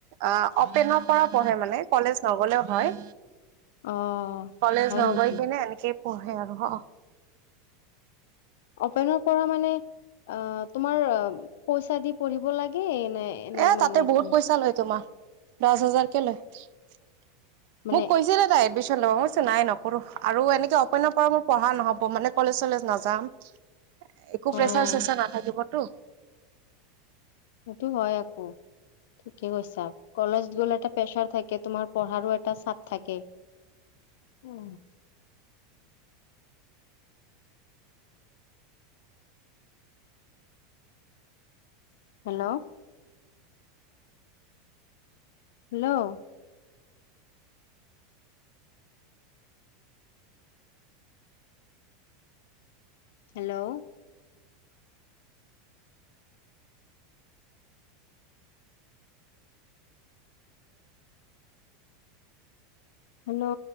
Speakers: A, on the right; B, on the left.
A: অ অপেনৰ পৰা পঢ়ে মানে কলেজ নগলেও হয়
B: অ',
A: কলেজ
B: হয়
A: নগৈ
B: নেকি?
A: পিনে এনেকেই পঢ়ে আৰু অ
B: অপেনৰ পৰা মানে অ তোমাৰ পইচা দি পঢ়িব লাগে নে এনেই
A: এ
B: মানে
A: তাতে বহুত
B: তোমাৰ
A: পইচা লয় তোমাৰ দচ হাজাৰকে লয়
B: মানে
A: মোক কৈছিলে তাই এডমিশ্যন ল' মইকচো নাই নকৰোঁ আৰু এনেকৈ অপেনৰ পৰা মোৰ পঢ়া নহ'ব মানে কলেজ চলেজ নাযাম একো
B: অ',
A: প্ৰেচাৰ চেচাৰ নাথাকিবতো
B: সেইটো হয় আকৌ ঠিকে কৈছা কলেজ গ'লে এটা প্ৰেচাৰ থাকে তোমাৰ পঢ়াৰো এটা চাপ থাকে উম হেল্ল' হেল্ল' হেল্ল' হেল্ল'